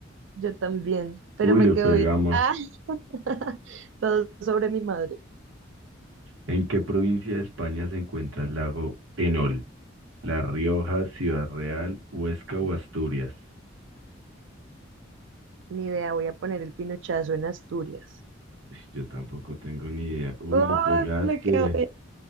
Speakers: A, on the right; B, on the right.
A: Yo también, pero
B: Uy,
A: me
B: le
A: quedo
B: pegamos.
A: bien. Ah, <laughs> todo sobre mi madre.
B: ¿En qué provincia de España se encuentra el lago Enol? La Rioja, Ciudad Real, Huesca o Asturias.
A: Ni idea, voy a poner el pinochazo en Asturias.
B: Uy, Yo tampoco tengo ni idea. Uy,
A: ¡Ay,
B: le pegaste.
A: me quedo bien!